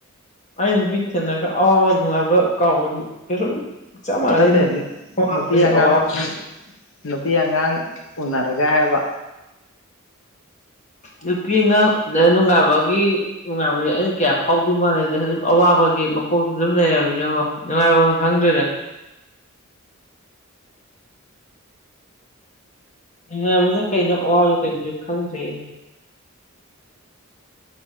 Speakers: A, on the left; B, on the left.
A: ꯑꯩꯅ ꯅꯨꯄꯤ ꯊꯦꯡꯅꯔꯒ ꯑꯋꯥꯕ ꯅꯨꯡꯉꯥꯏꯕ ꯀꯥꯎꯕꯗꯤ ꯀꯩꯁꯨ ꯆꯞ ꯃꯥꯟꯅꯩꯗ
B: ꯅꯠꯇꯦ
A: ꯑꯋꯥꯕꯁꯦ
B: ꯅꯨꯄꯤ ꯑꯉꯥꯡ
A: ꯑꯋꯥꯕ
B: ꯎꯝ ꯅꯨꯄꯤ ꯑꯉꯥꯡ ꯎꯅꯔꯒ ꯍꯥꯏꯕ
A: ꯅꯨꯄꯤ ꯑꯉꯥꯡ ꯎꯅꯔꯒꯥ ꯅꯨꯡꯉꯥꯏꯕꯒꯤ ꯅꯨꯡꯉꯥꯏꯕꯖꯤ ꯑꯩꯅ ꯀꯌꯥ ꯐꯥꯎꯗꯣꯏ ꯃꯥꯟꯗꯦꯗ ꯑꯗꯨꯝ ꯑꯋꯥꯕꯒꯤ ꯃꯄꯣꯛꯇꯨ ꯑꯗꯨꯝ ꯂꯩꯔꯃꯤꯅꯀꯣ ꯅꯨꯡꯉꯥꯏꯕꯝꯒ ꯈꯪꯗ꯭ꯔꯦꯗ ꯅꯨꯉꯥꯏꯕꯖꯤꯅ ꯀꯩꯅ ꯑꯋꯥꯕꯖꯤꯅ ꯀꯩꯩꯅ ꯈꯪꯗ꯭ꯔꯦ